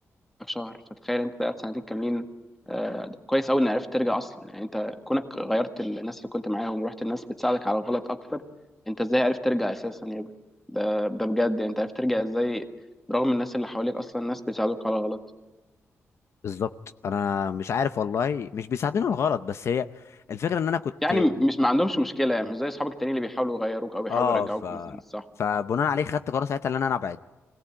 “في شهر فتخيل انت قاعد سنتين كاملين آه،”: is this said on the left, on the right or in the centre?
Centre